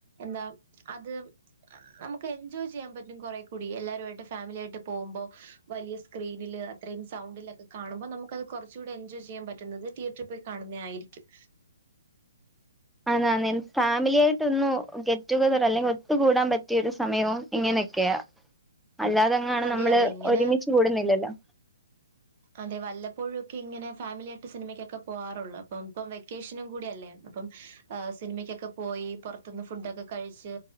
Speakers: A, on the right; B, in the centre.
A: എന്താ അത് നമുക്ക് എൻജോയ് ചെയ്യാൻ പറ്റും കുറെേ കൂടി എല്ലാരായിട്ട് ഫാമിലി ആയിട്ട് പോകുമ്പോ വലിയ സ്ക്രീനിൽ അത്രയും സൗണ്ടിലൊക്കെ കാണുമ്പോൾ നമുക്കത് കുറച്ചുകൂടെ എൻജോയ് ചെയ്യാൻ പറ്റുന്നത് തിയറ്റർ കാണുന്നായിരിക്കും
B: അതാണ് ഫാമിലിയ ആയിട്ട് ഒന്നും ഗേറ്റുഗെതർ അല്ലെങ്കിൽ ഒത്തുകൂടാൻ പറ്റിയൊരു സമയവും ഇങ്ങനെയൊക്കെയ അല്ലാതെങ്ങാണ്
A: അതെ
B: നമ്മള്
A: അതെ ഇങ്ങനെ
B: ഒരുമിച്ച് കൂടുന്നില്ലല്ലോ
A: അതെ വല്ലപ്പോഴും ഒക്കെ ഇങ്ങനെ ഫാമിലി ആയിട്ട് സിനിമക്കൊക്കെ പോകാറുള്ളൂ അപ്പം ഇപ്പം വെക്കേഷനും കൂടി അല്ലേരുന്നു അപ്പം സിനിമയ്ക്കൊക്കെ പോയി പുറത്തുന്ന് ഫുഡൊക്കെ കഴിച്ച്